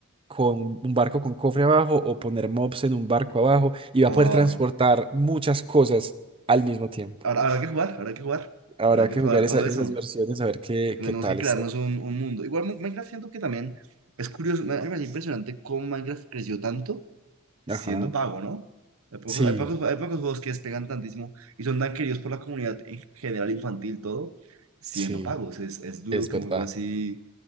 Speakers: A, on the right (about 25°); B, on the right (about 85°).
A: con un barco con cofre abajo o poner mobs en un barco abajo y va
B: Oh,
A: a poder transportar muchas cosas al mismo tiempo.
B: ahora habrá que jugar, habrá que jugar,
A: Habrá
B: habrá que
A: que
B: probar
A: jugar
B: todo
A: esa- esas
B: eso.
A: versiones a ver qué,
B: Tenemos
A: qué tal
B: que crearnos
A: está.
B: un, un mundo. Igual Mo- Minecraft siento que también es curioso, me me parece impresionante cómo Minecraft creció tanto siendo
A: Ajá.
B: pago, ¿no? Hay pocos,
A: Sí,
B: hay pocos, hay pocos juegos que despegan tantísimo y son tan queridos por la comunidad en general infantil, todo, siendo
A: sí,
B: pagos. Es, es duro
A: es
B: que
A: verdad.
B: un juego así